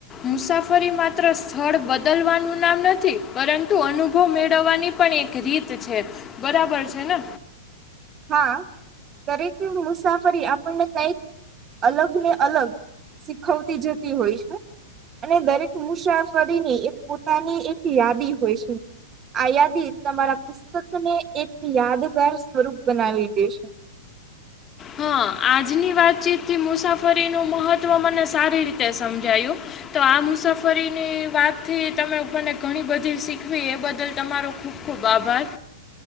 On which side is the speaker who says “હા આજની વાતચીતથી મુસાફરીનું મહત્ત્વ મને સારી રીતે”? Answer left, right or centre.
Left